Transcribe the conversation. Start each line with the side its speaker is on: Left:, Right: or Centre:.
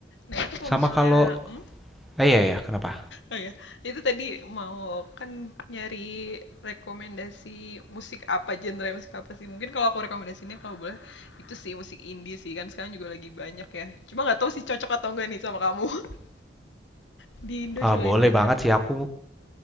Left: Nah, itu kalau
Centre: Sama
Left: misalnya,
Centre: kalau
Left: hmm?
Centre: eh iya ya, kenapa?
Left: Oh ya, itu tadi mau kan nyari rekomendasi musik apa, genre musik apa sih? Mungkin kalau aku rekomendasinya kalau boleh itu sih musik indie sih kan sekarang juga lagi banyak ya. Cuma nggak tahu sih cocok atau enggak nih sama kamu. <laughs> Di Indo juga
Centre: Ah, boleh
Left: lagi banyak.
Centre: banget sih aku